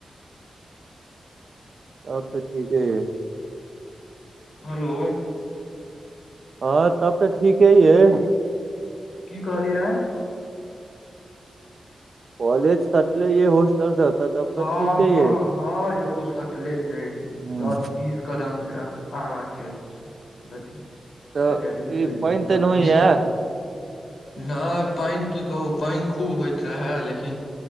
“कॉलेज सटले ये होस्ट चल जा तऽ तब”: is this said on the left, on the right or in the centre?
Right